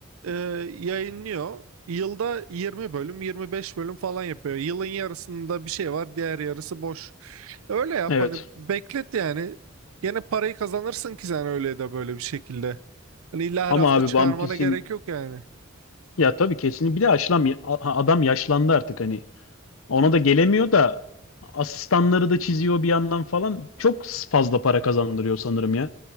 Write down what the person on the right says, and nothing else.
Eee, yayınlıyor. Yılda 20 bölüm 25 bölüm falan yapıyor. Yılın yarısında bir şey var diğer yarısı boş. Öyle yap
hani beklet yani. Gene parayı kazanırsın ki sen öyle de böyle bir şekilde. Hani illa
her hafta
çıkarmana
gerek yok yani.